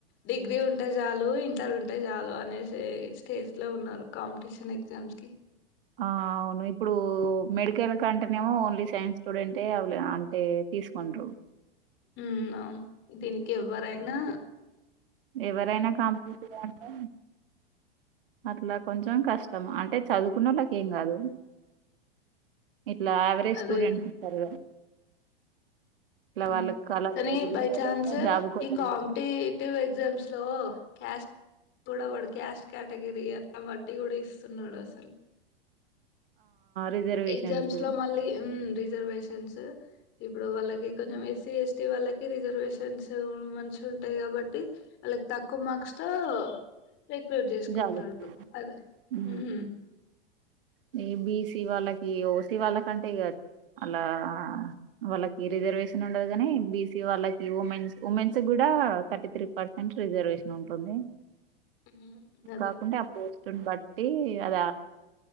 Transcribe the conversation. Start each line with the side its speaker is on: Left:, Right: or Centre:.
Left: డిగ్రీ ఉంటే చాలు ఇంటర్ ఉంటే చాలు అనే స్టేజ్లో ఉన్నారు కాంపిటీషన్ ఎగ్జామ్ కి
Right: ఆ అవును ఇప్పుడు మెడికల్ కంటేనేమో ఓన్లీ సైన్స్ స్టూడెంట్ యై అ అంటే తీసుకుండు
Left: హ్మ్ ఆవును దీనికి ఎవ్వరైనా
Right: ఎవరైనా కంపించంటారు అట్లా కొంచెం కష్టం అంటే చదువుకున్నళ్ళకి ఏం కాదు ఇట్లా యావరేజ్
Left: అదే
Right: స్టూడెంట్
Left: అదే
Right: ఇంటారు కదా ఇట్లా
Left: అండి
Right: వాళ్ళ కళలు
Left: కానీ
Right: వదులుకోలేక
Left: బై చాన్స్
Right: జాబ్ కోసం
Left: ఈ కాంపిటేటివ్ ఎగ్జామ్స్ లో క్యాస్ట్ కూడా వాడు క్యాస్ట్ కేటగిరీ అట్లా బట్టి కూడా ఇస్తున్నాడు అసలు
Right: రిజర్వేషన్స్
Left: ఎగ్జామ్స్ లో మళ్ళీ హ్మ్ ర్ రిజర్వేషన్స్ ఇప్పుడు వాళ్ళకి కొంచెం ఎస్సీ ఎస్టీ వాళ్ళకి రిజర్వేషన్స్ మంచి ఉంటాయి కాబట్టి వాళ్ళకి తక్కువ మార్క్స్ తో రిక్రూట్ చేసుకుంటాడు
Right: జాబ్ వస్తది
Left: అదే మ్,
Right: మే బి ఓసి వాళ్ళకి ఓసి వాళ్ళ కంటే ఇక అలా వాళ్ళకి రిజర్వేషన్ ఉండదు కాని బీసీ వాళ్ళకి ఉమెన్స్ ఉమెన్స్ కూడా థర్టీ త్రీ పర్సెంట్ రిజర్వేషన్ ఉంటుంది
Left: మ్, అదే
Right: కాకుంటె ఆ పోస్ట్ ను బట్ ట్టి అద